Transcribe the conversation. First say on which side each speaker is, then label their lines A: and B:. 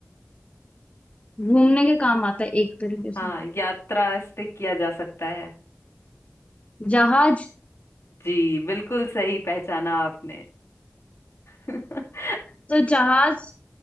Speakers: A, on the left (about 25°); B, on the left (about 65°).
A: घूमने के काम आता है एक तरीके
B: हाँ
A: से
B: यात्रा इस पे किया जा सकता है
A: जहाज
B: जी बिल्कुल सही पहचाना आपने <laughs>
A: तो जहाज